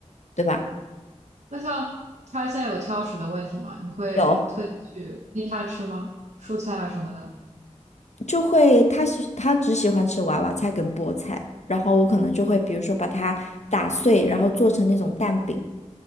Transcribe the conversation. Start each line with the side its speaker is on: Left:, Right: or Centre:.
Left: 对吧？
Right: 那像他现在有挑食的问题吗？你会特地去逼他吃吗？
Left: 有，
Right: 蔬菜啊什么的？
Left: 就会他喜他只喜欢吃娃娃菜跟菠菜，然后我可能就会比如说把它打碎，然后做成那种蛋饼，